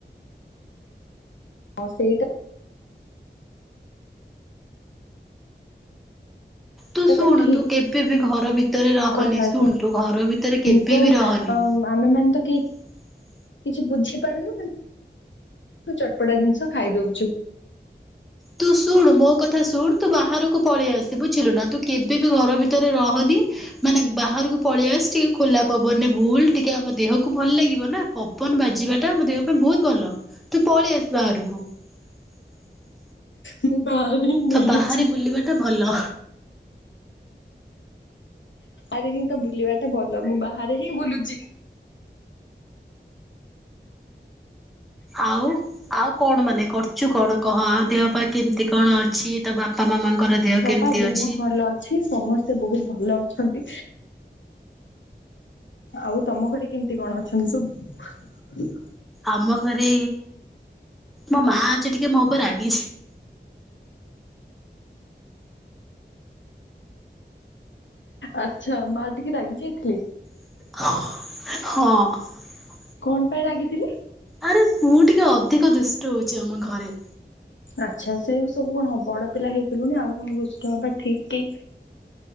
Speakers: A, on the left (about 80°); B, in the centre.
A: ହଁ ସେଇଟା
B: ତୁ ଶୁଣୁ
A: ତ ଠିକ
B: ତୁ କେବେ ବି ଘର ଭିତରେ ରହନି
A: କଥା
B: ଶୁଣୁ ତୁ ଘର ଭିତରେ
A: କିନ୍ତୁ
B: କେବେ ବି ରହନି।
A: ଆମେ ମାନେ ତ କେହି
B: ହ
A: କିଛି ବୁଝିପାରୁନୁ ଚଟପଟା ଜିନିଷ ଖାଇ ଦଉଛୁ।
B: ତୁ ଶୁଣୁ ମୋ କଥା ଶୁଣୁ ତୁ ବାହାରକୁ ପଳେଇ ଆସ ବୁଝିଲୁ ନା ତୁ କେବେ ବି ଘର ଭରେ ରହନି ମାନେ ବାହାରକୁ ପଳେଇ ଆସ ଟିକେ ଖୋଲା ପବନି ଭୁଲ ଟିକେ ଆମ ଦେହକୁ ଭଲ ଲାଗିବ। ନା ପବନ ବାଜିବା ଟା ମୋ ଦେ ପାଇଁ ବହୁତ ଭଲ ତୁ ପଳେଇ ଆସ ବାକୁ। <unintelligible>
A: ମୁଁ ବାହାରେ ହିଁ ବୁଲୁଛି
B: ତ ବାହାରେ ବୁଲିବା ଟା ଭଲ।
A: ଆରେ ହିଁ ତ ବୁଲିବାଟା ଭଲ ମୁଁ ବାହାରେ ହିଁ ବୁଲୁଛି।
B: ଆଉ ଆଉ କଣ ମାନେ କରୁଛୁ କଣ କହ ଆଉ ଦେହ ପାା କେମତି? ଏତି କଣ ଅଛି ତ ବାପା ମାମାଙ୍କର ଦେହ କେମିତି
A: ପା ବହୁତ
B: ଅଛି?
A: ଭଲ ଅଛି ସମସ୍ତେ ବହୁତ ଭଲ ଅଛନ୍ତି। ଆଉ ତମ ଘରେ କେମିତି କଣ ଅଛନ୍ତି ସବୁ?
B: ଆମ ଘରେ ମୋ ମା ଅଛି ଟିକେ ମୋ ଉପରେ ରାଗିଛି। ହ
A: ଆଛା ମା ଟିକେ ରାଗି ଯାଇଥିଲେ?
B: ହଁ।
A: କଣ ପାଇଁ ରାଗିଥିଲି?
B: ଆରେ ମୁଁ ଟିକେ ଅଧିକ ଦୁଷ୍ଟ ହଉଛି ଆମ ଘରେ।
A: ଆଚ୍ଛା ସେ ସବୁ କଣ ହ ବଡ ପିଲା ହେଇଗଲୁଣି ଆଉ କଣ ଦୁଷ୍ଟ ହବା ଠିକ କି।